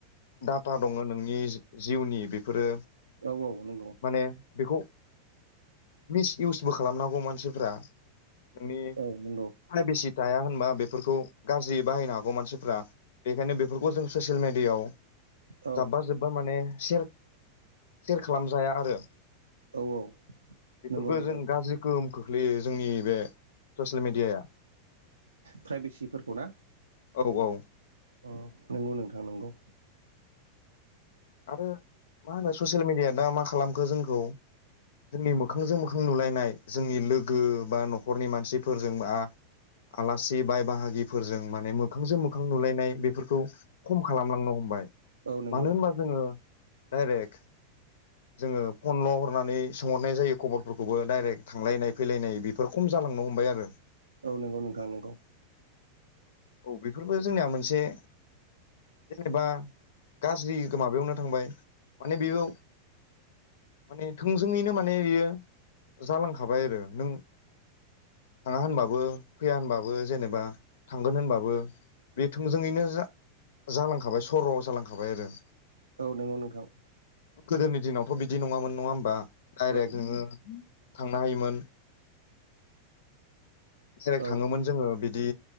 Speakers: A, on the left (about 60°); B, on the right (about 75°).
A: डाटा दङ नोंनि जिउनि बेफोरो
B: औ औ नंगौ
A: माने बेखौ मिस इउसबो खालामनांगौ मानसिफ्रा नोंनि
B: औ नंगौ
A: फ्रायबेसि जाया होनबा बेफोरखौ गाज्रि बाहायनो हागौ मानसिफ्रा बेखायनो बेफोरखौ जों ससियेल मेडियाआव
B: औ
A: जाब्बा जोब्बा माने सेयार खालामजाया आरो
B: औ औ
A: बेफोरबो
B: नंगौ नंगौ
A: जों गाज्रि गोहोम खोख्लैयो जोंनि बे ससियेल मिडियाया
B: प्राइभेसिफोरखौ ना
A: औ औ
B: अ नंगौ नोंथां नोंगौ
A: आरो मा होनो ससियेल मिडिया दा मा खालामखो जोंखौ जोंनि मोखांजों मोखां नुलायनाय जोंनि लोगो बा न'खरनि मानसिफोरजों बा आलासि बाय बाहागिफोरजों माने मोखांजों मोखां नुलायनाय बेफोर खौ खम खालामलांनो हमबाय
B: औ नंगौ
A: मानो
B: नोंथां
A: होनबा जोङो डाइरेक्ट
B: <inaudible>
A: जोङो फनल' हरनानै सोंहरनाय जायो खबरफोरखौबो डाइरेक्ट थांलायनाय फैलायनाय बेफोर खम जालांनो हमबाय आरो
B: औ नंगौ नोंथां नंगौ
A: औ बेफोरबो जोंनिया मोनसे जेनेबा गाज्रि माबायावनो थांबाय माने बेयाव
B: <unintelligible>
A: माने थोंजोङैनो माने बियो जालांखाबाय आरो नों थाङा होनबाबो फैया होनबाबो जेनेबा थांगोन होनबाबो बे थोंजोङैनो जा जालांखाबाय सर' जालांखाबाय आरो
B: औ नंगौ नोंथां।
A: गोदोनि दिनावथ' बिदि नङामोन नङा होमबा डायरेक्ट
B: औ
A: नोङो थांनो हायोमोन जेरै
B: औ
A: थाङोमोन। जोङो बिदि